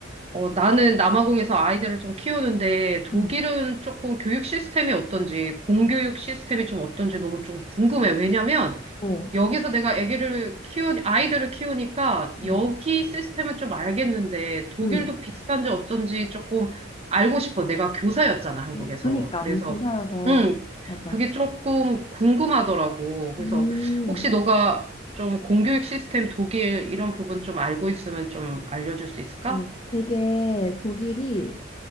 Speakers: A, on the right; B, on the left.
A: 어, 나는 남아공에서 아이들을 좀 키우는데 독일은
B: 응,
A: 조금 교육 시스템이 어떤지, 공교육 시스템이 좀 어떤지 너무 좀 궁금해. 왜냐면
B: 어,
A: 여기서 내가 아기를 키우, 아이들을 키우니까
B: 응,
A: 여기 시스템은 좀 알겠는데 독일도
B: 응.
A: 비슷한지 어쩐지 조금 알고 싶어. 내가 교사였잖아, 한국에서.
B: 어, 그러니까,
A: 그래서,
B: 언니 교사여서.
A: 음
B: 맞아.
A: 그게 조금 궁금하더라고. 그래서
B: 음,
A: 혹시 너가 좀 공교육 시스템 독일 이런 부분 좀 알고 있으면 좀 알려줄 수 있을까?
B: 어, 되게 독일이